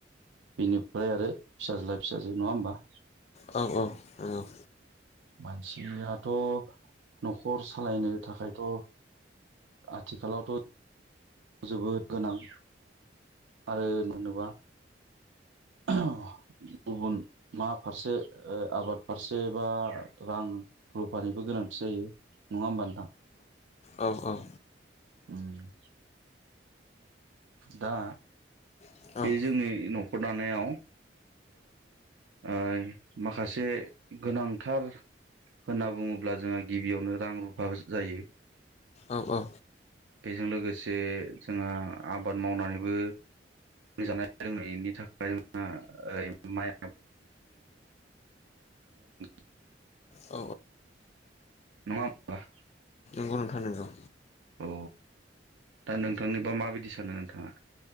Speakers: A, on the right (about 85°); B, on the left (about 35°).
A: बिनिफ्राय आरो फिसाज्ला फिसाजो नङा होमबा
B: औ औ औ
A: मानसियाथ' न'खर सालायनो थाखायथ' आथिखालावथ' जोबोद गोनां आरो मोनोबा ओ गुबुन मा फारसे आबाद फारसे बा रां रुफानिबो गोनांथि जायो नङा होनबा नोंथां
B: औ औ
A: उम दा
B: औ
A: बे जोंनि न'खर दानायाव ओ माखासे गोनांथार होनना बुङोब्ला जोंहा गिबियावनो रां रुफा जायो
B: औ औ
A: बेजों लोगोसे जोंहा आबाद मावनानैबो जानाय लोंनायनि थाखाय जोंहा माइ <unintelligible>
B: औ
A: नङा होमबा
B: नंगौ नोंथां नंगौ
A: औ दा नोंथांनिबा माबायदि सानो नोंथाङा